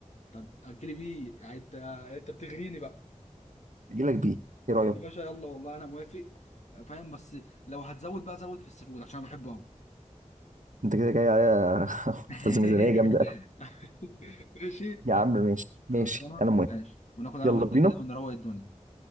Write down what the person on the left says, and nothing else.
طب اجلي بيه يعني انت انت بتغريني بقى
يا باشا يلا والله انا موافق فاهم بس لو هتزود بقى زود في السيفود عشان أنا بحبه قوي
<laughs>
ماشي
خلصانه
ماشي وناخد انا
وانت
كده ونروق الدنيا